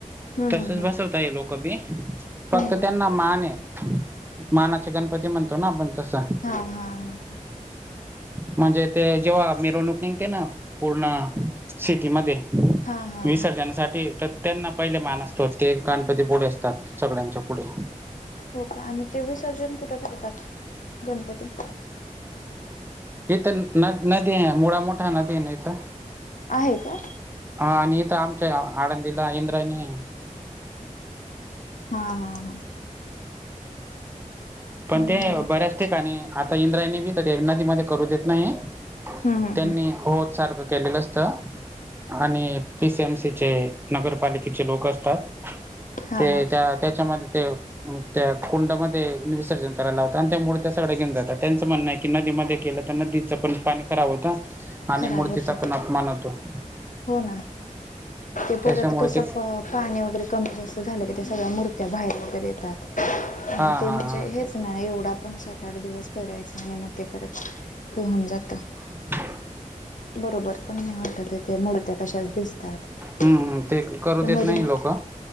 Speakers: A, on the left (about 70°); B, on the right (about 15°).
A: हम्म
B: तसच
A: हम्म
B: बसवता ये लोक बी
A: हम्म
B: फक्त
A: हम्म हम्म
B: त्यांना
A: हम्म.
B: मान आहे. मानाचे गणपती म्हणतो ना आपण. तसं
A: हा हा हा.
B: म्हणजे ते जेव्हा मिरवणूक निघते ना. पूर्ण सिटीमध्ये
A: हा हा
B: विसर्जनासाठी
A: हा
B: तर त्यांना पहिले मान असतो ते गणपतीप पुढे असतात सगळ्यांच्या पुढे.
A: हो का आणि ते विसर्जन कुठं करतात गणपती.
B: इथं न नदी आहे मुळाा मोठा नदी आहे ना इथं.
A: आहे का?
B: हा आणि इथ आमच्या आडंदीला इंद्रानी.
A: हा हा हा.
B: पण
A: मग
B: ते
A: हम्म
B: बऱ्याच ठिकाणी आता इंद्रायणी बी. त्यांना ती मध्ये करू देत नाही
A: हम्म हम्म
B: त्यांनी होत सारखं केलेलं असत. आणि पी सीएमसीचे नगरपालिकेचे लोक असतात.
A: हा
B: ते
A: हा
B: त्या त्याच्यामध्ये ते त्या कुंडमध्ये वीस सर्जन करायला होतता आणि त्यामुळेळ त्या सगळ्या घेऊन जात त्यांचं म्हणणं की नदीमध्ये केलं तर नदीच पण पाणी खराब होत. आणि
A: खराब
B: मूर्तीचा
A: होत
B: पण अपमान होतो.
A: हो ना ते
B: त्याच्यामुळे
A: परत कसं
B: ते
A: प पाणी वगैरे कमी जास्त झालं क ते सगळ्या मर. त्या बाहेर वगैरे येतात आणि
B: हा हा
A: ते म्हणजे
B: हा
A: हेच. नाही एवढा पण सात आठ दिवस करायचा आणि मग ते परत होऊन जात.
B: <inaudible>
A: बरोबर पण नाही वाटत. ते मूर्त कशच दिसतात त्या
B: हम्म हम्म ते करू देत
A: मधे
B: नाही
A: मधे
B: लोक हा